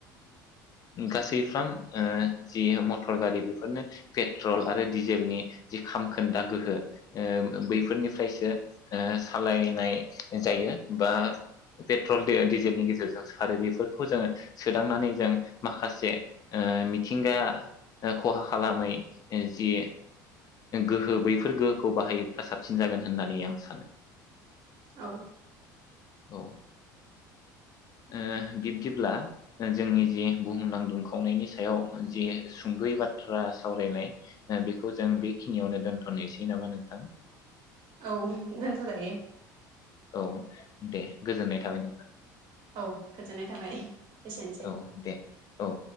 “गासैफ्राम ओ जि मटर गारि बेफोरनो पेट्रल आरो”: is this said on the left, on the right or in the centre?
Left